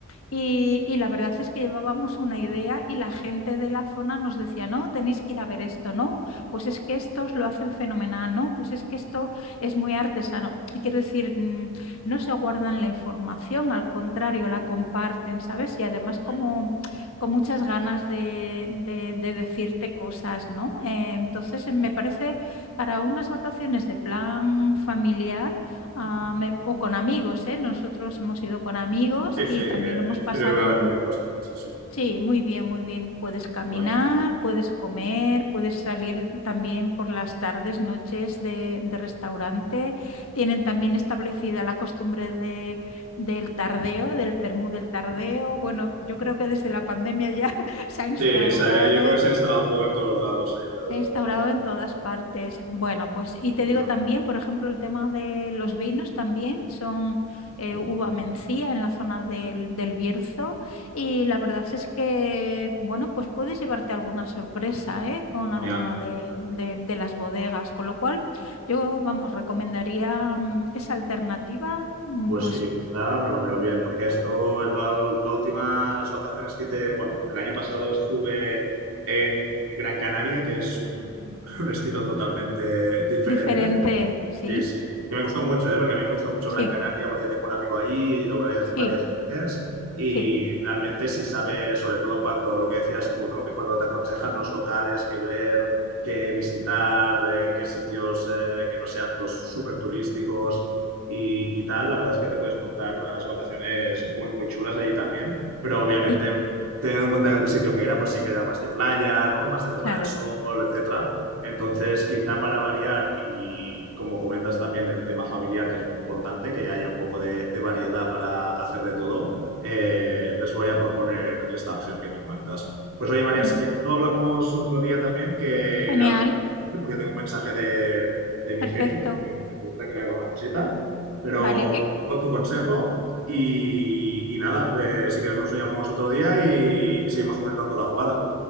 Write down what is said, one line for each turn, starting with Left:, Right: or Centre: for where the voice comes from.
Left: Y, y la verdad es que llevábamos una idea y la gente de la zona nos decía, no, tenéis que ir a ver esto, no, pues es que estos lo hacen fenomenal, no, pues es que esto es muy artesano.
Right: Ya,
Left: Quiero decir, mm, no se guardan la información, al contrario, la comparten, ¿sabes? Y además
Right: qué guay.
Left: como con muchas ganas de, de- de decirte cosas, ¿no? Eh, entonces eh, me parece para unas vacaciones de plan familiar, ah,
Right: Ujú.
Left: me- o con amigos, ¿eh? Nosotros hemos ido con amigos
Right: Sí, sí,
Left: y también
Right: que
Left: lo hemos
Right: sirve
Left: pasado,
Right: para cualquier cosa. Sí, sí,
Left: sí, muy bien, muy bien. Puedes caminar,
Right: qué guay.
Left: puedes comer, puedes salir también por las tardes, noches de, de restaurante. Tienen también establecida la costumbre de, del tardeo, del vermú del tardeo. Bueno, yo creo
Right: Ujú.
Left: que desde la pandemia ya <laughs> se ha instaurado.
Right: Sí, esa, eh, yo creo
Left: <laughs>
Right: que se ha instalado un poco en todos lados, sí, pero
Left: Se ha instaurado en todas partes. Bueno, pues y te
Right: bueno,
Left: digo también, por ejemplo, el tema de los vinos también son eh,
Right: mm,
Left: uva mencía en la zona del, del Bierzo y la verdad es que, bueno, pues puedes llevarte alguna sorpresa ¿eh? con
Right: genial.
Left: alguna de, de- de las bodegas, con lo cual yo, vamos, recomendaría mm, esa alternativa, mm,
Right: Pues
Left: pues
Right: sí, quizá me lo miro bien, porque esto, en la- las últimas vacaciones que hice, bueno, el año pasado estuve en Gran Canaria, que es un, <laughs> un estilo totalmente diferente,
Left: diferente, sí,
Right: Sí, sí, que me gustó mucho, ¿eh? Porque a mí me gustó mucho
Left: sí,
Right: Gran Canaria porque tengo un amigo ahí, he ido varias,
Left: sí,
Right: varias veces y
Left: sí,
Right: realmente sí sabe, sobre todo cuando, lo que decías tú, ¿no? Que cuando te aconsejan los locales que ver, que visitar, eh, qué sitios eh, que no sean los súper turísticos y, y tal, la verdad es que te puedes montar unas vacaciones muy, muy chulas allí también, pero obviamente
Left: Y-
Right: teniendo en cuenta el sitio que era, pues sí que era más de playa, ¿no? Más de tomar
Left: claro.
Right: el sol, etcétera entonces, quizá para variar y como comentas también el tema familiar, que es muy importante, que haya un poco de, de variedad para hacer de todo, eh, les voy a proponer esta opción que me comentas. Pues oye, María,
Left: Ujú.
Right: si quieres lo hablamos otro día también, que
Left: Genial,
Right: ahora me tengo que ir porque tengo un mensaje de, de mi
Left: perfecto,
Right: jefe que que necesita que le haga una cosita, pero
Left: vale.
Right: tomo tu consejo y, y nada, eh, si quieres nos llamamos otro día y, y seguimos comentando la jugada,